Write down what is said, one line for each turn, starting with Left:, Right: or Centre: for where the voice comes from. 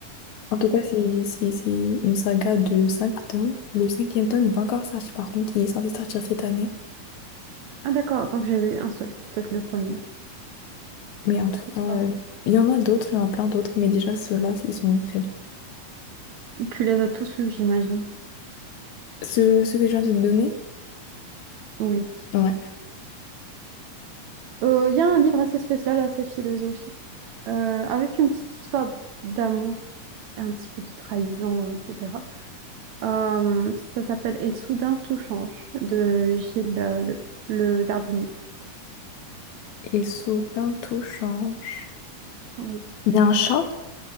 Left: En tout cas, c'est c'est- c'est une saga de cinq tomes. Le cinquième tome n'est pas encore sorti, par contre, il est censé sortir cette année.
Right: Ah d'accord, donc j'ai lu un seul, peut-être le premier.
Left: Mais en tout cas, euh,
Right: Ah.
Left: il y en a d'autres, il y en a plein d'autres, mais déjà ceux-là, ils sont très bien.
Right: Tu les as tous lus, j'imagine.
Left: Ceux, ceux que je viens de te donner,
Right: Oui.
Left: ouais.
Right: Euh, Il y a un livre assez spécial, assez philosophique, euh, avec une petite histoire d'amour, et un petit peu de trahison, etc. Euh, ça s'appelle Et soudain tout change de Gilles euh, le, le Gardinier.
Left: Ils sont bientôt change.
Right: Oui.
Left: Il y a un chat?